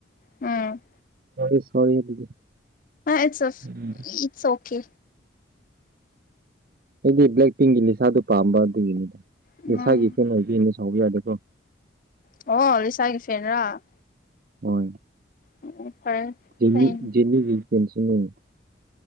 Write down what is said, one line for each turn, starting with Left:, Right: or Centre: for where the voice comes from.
Left: ꯎꯝ
Right: ꯐꯔꯦ ꯐꯔꯦ ꯑꯗꯨꯗꯤ
Left: ꯏꯠ
Right: ꯎꯝ
Left: ꯏꯠꯁ ꯑꯣꯀꯦ
Right: ꯑꯩꯗꯤ ꯕ꯭ꯂꯦꯛ ꯄꯤꯡꯒꯤ ꯂꯤꯁꯥꯗꯨꯣ ꯄꯥꯝꯕ ꯑꯗꯨꯒꯤꯅꯤꯗ
Left: ꯎꯝ
Right: ꯂꯩꯁꯥꯒꯤ ꯏꯐꯦꯟ ꯑꯣꯏꯕꯤꯅꯦ ꯁꯥꯎꯕ ꯌꯥꯗꯦꯀꯣ
Left: ꯑꯣ ꯂꯤꯁꯥꯒꯤ ꯐꯦꯟꯔꯥ
Right: ꯍꯣꯏ
Left: <unintelligible> ꯐꯔꯦ
Right: <unintelligible>
Left: ꯐꯩꯅꯦ